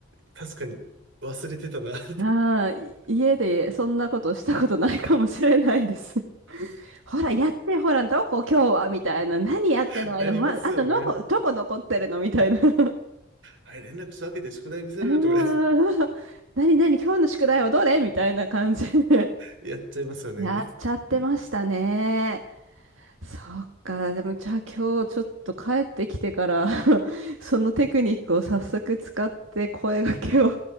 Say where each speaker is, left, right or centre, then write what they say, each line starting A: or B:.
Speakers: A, on the right; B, on the right.
A: 確かに忘れてたな、<laughs> っ
B: ああ、い家でそんなことしたことないかもしれないです。<laughs> ほら、やって、ほら、どこ今日はみたいな。何やってないのま、
A: てなりますよね。
B: あとのこ、どこ残ってるのみたいな。<laughs>
A: はい、連絡したわけで宿題見せるよとか
B: ああ、何何今日の宿題はどれみたいな感じで。
A: やっちゃいますよね。
B: やっちゃってましたね。
A: <laughs> い
B: そっか。でも、じゃあ今日ちょっと帰ってきてから <laughs> そのテクニックを早速使って声掛けを